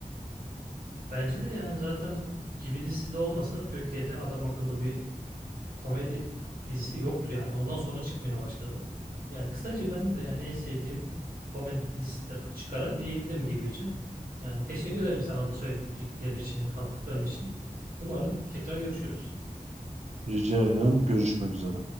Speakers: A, on the right; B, on the right.
A: Bence de yani zaten Gibi dizisi de olmasa Türkiye'de adam akıllı bir komedi dizisi yoktu yani. Ondan sonra çıkmaya başladı. Yani kısaca ben de yani en sevdiğim komedi dizisidir açık ara diyebilirim gibi için. Yani teşekkür ederim sana da söylediklerin için, kattıkların için. Umarım tekrar görüşürüz.
B: Rica ederim. Görüşmek üzere.